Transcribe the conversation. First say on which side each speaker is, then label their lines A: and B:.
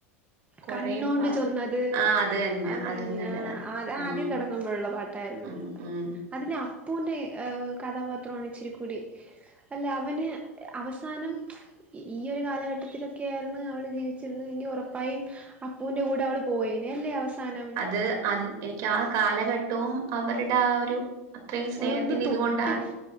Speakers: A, on the right; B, on the right.
A: കൊറെ
B: കണ്ണോണ്ട്
A: പ
B: ചൊന്നത്
A: ആഹ അത് തന്നെ
B: അത്
A: അതും നല്ലതാ
B: അത്
A: ഉം
B: ആദ്യം തുടങ്ങുമ്പോഴുള്ള പാട്ടായിരുന്നു
A: ഉം. ഉം.
B: അതിലെ അപ്പൂന്റെ ഏഹ് കഥാപാത്രമാണ് ഇച്ചിരിക്കൂടി അല്ല അവന് അവസാനം. ഈ ഒരു കാലഘട്ടത്തിലൊക്കെയായിരുന്നു അവള് ജീവിക്ക ളിച്ചിരുന്നു എങ്കി ഉറപ്പായും അപ്പൂവിന്റെ കൂടെ അവള് പോയേനെ അല്ലേ അവസാനം.
A: ത് <unintelligible> എനിക്ക് ആ കാലഘട്ടവും അവരുടെ ആ ഒരു അത്രയും സ്നേഹത്തിന്റെ
B: ഒരു ഒന്ന്
A: ഇതുകൊണ്ടാണ്
B: തൊട്ട്